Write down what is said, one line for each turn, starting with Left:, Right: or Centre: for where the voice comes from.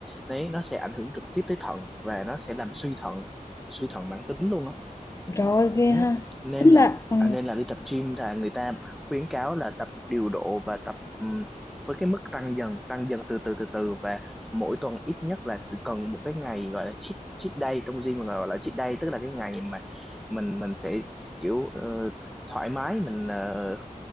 Centre: đấy nó sẽ ảnh hưởng trực tiếp tới thận và nó sẽ làm suy thận suy thận mãn tính luôn á
Left: rồi ghê
Centre: ừ.
Left: ha
Centre: nên
Left: tính là
Centre: là
Left: ừ,
Centre: à, nên là đi tập gym là người ta khuyến cáo là tập điều độ và tập ừm, với cái mức tăng dần tăng dần từ từ từ từ và mỗi tuần ít nhất là sẽ cần một cái ngày gọi là cheat, cheat day trong gym mà gọi là cheat day tức là cái ngày mà mình mình sẽ kiểu ờ, thoải mái mình ờ,